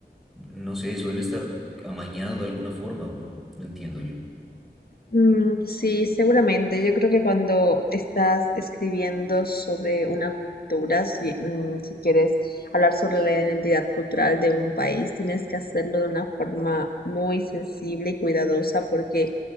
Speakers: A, in the centre; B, on the left.
A: no sé, eso debe estar amañado de alguna forma, ¿o no? No entiendo yo.
B: Mm, sí, seguramente. Yo creo que cuando estás escribiendo sobre una cultura, si, mm, si quieres hablar sobre la identidad cultural de un país, tienes que hacerlo de una forma muy sensible y cuidadosa porque